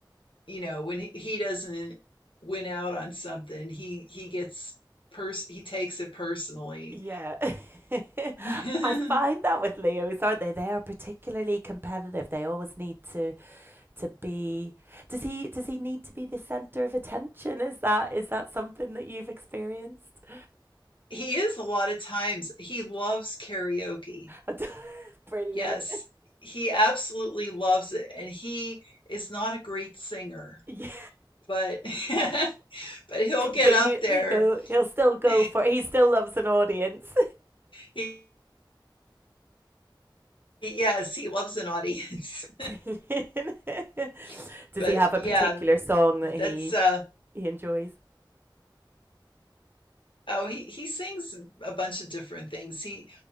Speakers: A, on the left; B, on the right.
A: you know, when he, he doesn't win out on something, he he gets pers he takes it personally.
B: Yeah. <laughs>
A: <laughs>
B: I find that with Leos, aren't they? They are particularly competitive. They always need to to be does he does he need to be the center of attention? Is that is that something that you've experienced?
A: He is a lot of times he loves karaoke.
B: <laughs> Brilliant.
A: Yes, he absolutely loves it, and he is not a great singer,
B: Yeah,
A: but <laughs> but he'll get
B: but
A: up
B: you
A: there.
B: he'll
A: <laughs>
B: he'll still go for he still loves an audience.
A: He, yes, he loves an audience.
B: <laughs> Brilliant. <laughs>
A: <laughs>
B: Does
A: But
B: he have a
A: yeah,
B: particular song that he
A: that's uh
B: he enjoys?
A: oh, he he sings a bunch of different things. He